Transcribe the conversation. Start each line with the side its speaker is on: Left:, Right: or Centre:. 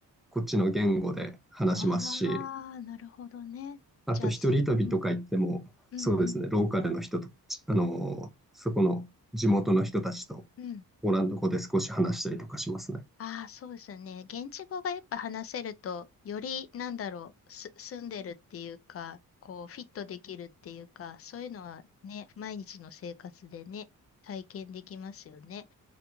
Centre: こっちの言語で話しますし、
Left: ああ、なるほどね。
Centre: あと一人旅とか行っても、
Left: じゃあ、すうん、うん、
Centre: そうですね、
Left: うん、
Centre: ローカルの人と、あの、そこの地元の人たちと、
Left: うん。
Centre: ポーランド語で少し話したりとかしますね。
Left: ああ、そうですよね。現地語がやっぱ話せると、より、なんだろう、す、住んでるっていうか、こう、フィットできるっていうか、そういうのはね、毎日の生活でね、体験できますよね。